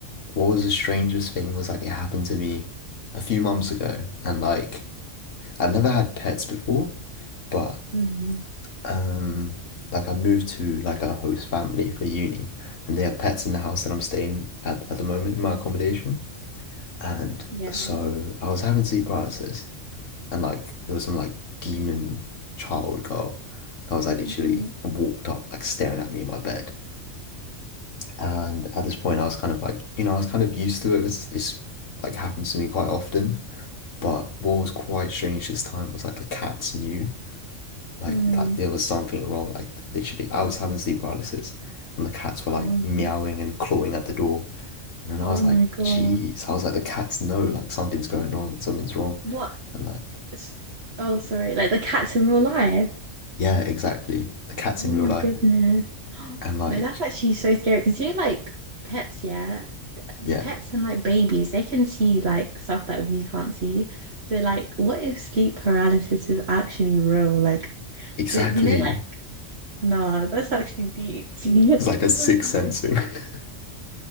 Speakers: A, on the left; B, on the right.
A: what was the strangest thing was like, it happened to me a few months ago. And like, I've never had pets before, but
B: Mm,
A: um like I moved to like a host family for uni and they have pets in the house that I'm staying at at the moment in my accommodation. And
B: yeah.
A: so
B: Oh
A: I was having sleep paralysis and like there was some like demon child girl that was like literally
B: my God.
A: walked up like staring at me in my bed. And at this point I was kind of like, you know, I was kind of used to it because it's like happens to me quite often. But what was quite strange this time was like the cats knew like
B: Mm.
A: that there was something wrong. Like literally, I was having sleep paralysis, and the cats were
B: Oh,
A: like
B: no.
A: meowing and clawing at the door. And then I
B: oh
A: was like,
B: my God.
A: "Jeez!" I was like, "The cats know like something's going on, something's wrong,"
B: What
A: and like,
B: s- Oh, sorry. Like the cats in real life.
A: yeah, exactly. The cats
B: Oh
A: in real
B: my
A: life,
B: goodness. <gasps>
A: and like,
B: No, that's actually so scary because you're like pets, yeah.
A: yeah,
B: Pets and like babies, they can see like stuff that we can't see. So like, what if sleep paralysis is actually real? Like,
A: exactly.
B: the, you know, like, nah, that's actually deep. <laughs>
A: It's like
B: That's
A: a sixth
B: actually
A: sensing.
B: so deep.
A: <laughs>